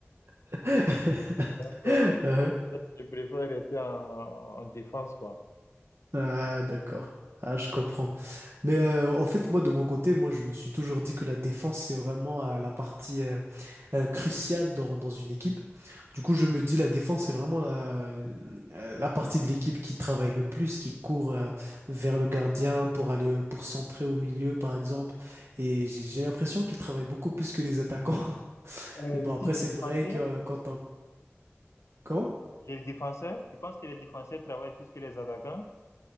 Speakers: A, on the right (about 65°); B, on the left (about 80°).
A: <laughs>
B: Donc,
A: Hein,
B: euh, je, je préfère rester en, en défense, quoi.
A: Ah, d'accord. Ah, je comprends. Mais euh, en fait, moi, de mon côté, moi, je me suis toujours dit que la défense, c'est vraiment euh, la partie euh, euh, cruciale dans, dans une équipe. Du coup, je me dis, la défense, c'est vraiment la, euh, la partie de l'équipe qui travaille le plus, qui court euh, vers le gardien pour aller euh, pour centrer au milieu, par exemple. Et j'ai j'ai l'impression qu'ils travaillent beaucoup plus que les attaquants. <laughs>
B: Euh,
A: Mais bon,
B: mais
A: après,
B: qui les
A: c'est
B: défenseurs,
A: vrai que euh, quand on... Comment?
B: les défenseurs, tu penses que les défenseurs travaillent plus que les attaquants?